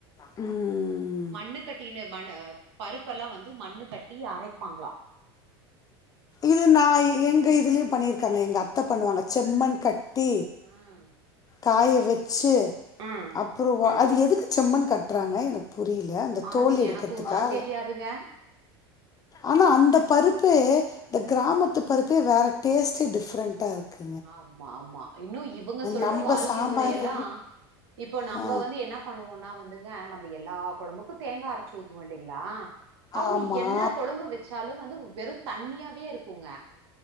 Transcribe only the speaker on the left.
ம்
இது நா எங்க இதுலயு பண்ணியிருக்காங்க எங்க அத்த பண்ணுவாங்க செம்மன் கட் டி
காய வச்சு
அப்பறோ அது எதுக்கு செம்மன் கட்றாங்க எனக்கு புரியல அந்த தோல்
எடுக்கிறதுக்கா
ஆனா அந்த பருப்பு இந்த
கிராமத்து பருப்பே வேறு டேஸ்ட்டே டிஃப்ரெண்ட்டா இருக்கு
நம்ப
சாம்பாரு
ஆ
ஆமா